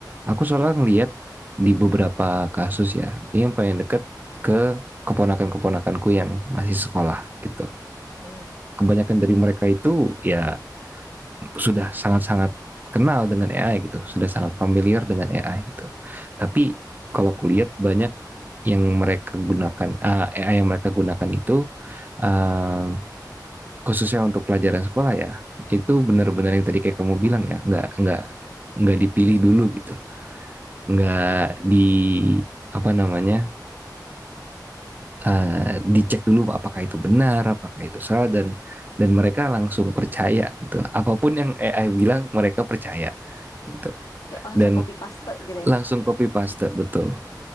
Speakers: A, on the right; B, on the left.
A: Aku soalnya ngeliat di beberapa kasus ya, ini yang paling deket ke keponakan-keponakanku yang masih sekolah gitu.
B: mm,
A: Kebanyakan dari mereka itu ya sudah sangat-sangat kenal dengan AI gitu, sudah sangat familiar dengan AI gitu. Tapi kalau kulihat banyak yang mereka gunakan ah, AI yang mereka gunakan itu ah, khususnya untuk pelajaran sekolah ya, itu benar-benar yang tadi kayak kamu bilang ya, nggak nggak nggak dipilih dulu gitu nggak di apa namanya eh, dicek dulu apakah itu benar apakah itu salah dan dan mereka langsung percaya gitu apapun yang AI bilang mereka percaya gitu
B: kayak langsung
A: dan
B: copy paste gitu
A: langsung
B: ya
A: copy paste betul